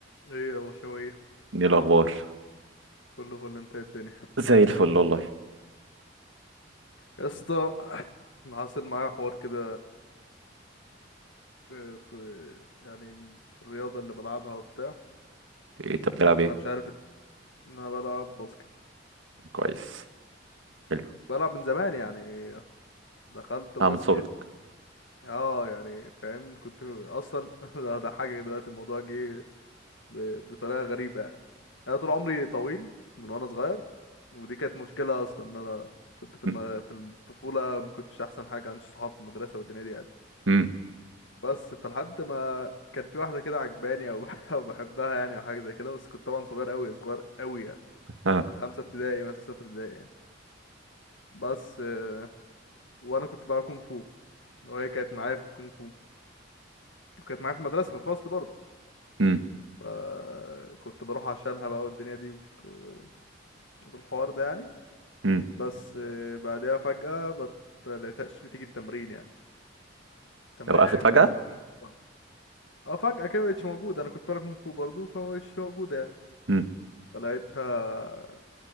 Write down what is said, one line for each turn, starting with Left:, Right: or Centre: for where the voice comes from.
Left: ايه يا بشوية
Right: ايه الاخبار
Left: كله فل انت إيه الدنيا
Right: زي الفل والله
Left: يا اسطى انا حاصل معايا حوار كده في في- يعني الرياضة اللي بلعبها وبتاع
Right: إيه انت بتلعب
Left: انا
Right: ايه
Left: مش عارف ات- ان انا بلعب باسكت
Right: كويس حلو
Left: بلعب من زمان يعني دخلت باسكت
Right: اه من صغرك
Left: اه يعني فاهم كنت اصلا <laughs> ده ده حاجة دلوقتي الموضوع جه ب- بطريقة غريبة يعني انا طول عمري طويل من وانا صغير ودي كانت مشكلة اصلا ان انا كنت في الم...
Right: م-
Left: في الطفولة ما كنتش احسن حاجة عنديش صحاب في المدرسة والدنيا دي يعني.
Right: م-
Left: بس فلحد ما كان في واحدة كده عجباني أو <laughs> أو بحبها يعني أو حاجة زي كده بس كنت طبعا صغير أوي صغير أوي يعني
Right: آه،
Left: خمسة ابتدائي مثلا ستة ابتدائي يعني بس آه، وأنا كنت بلعب كونغ فو وهي كانت معايا في الكونغ فو وكانت معايا في المدرسة في الفصل برضه
Right: م-
Left: فكنت بروح عشانها بقى والدنيا دي وك- والحوار ده يعني
Right: م.
Left: بس آه، بعدها فجأة بت- ملقتهاش بتيجي التمرين يعني تمرين
Right: لو وقفت
Left: ال-
Right: فجأة
Left: الكونغ فو اه فجأة كده مبقتش موجودة أنا كنت بلعب كونغ فو برضه فمبقتش موجودة يعني
Right: م-
Left: فلقيتها